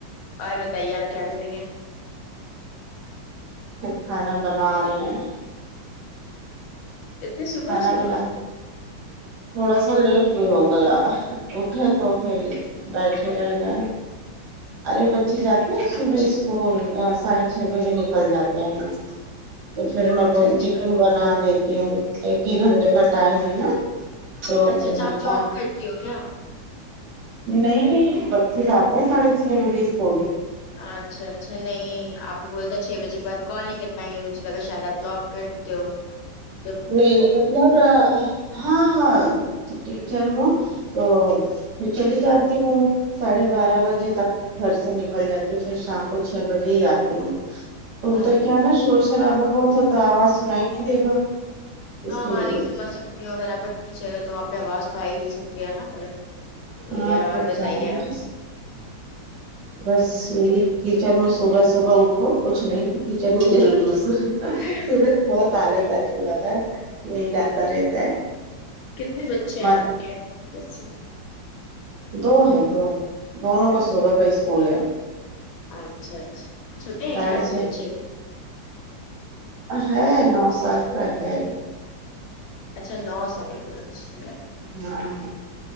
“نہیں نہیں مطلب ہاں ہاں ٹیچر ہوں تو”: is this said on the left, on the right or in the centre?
Right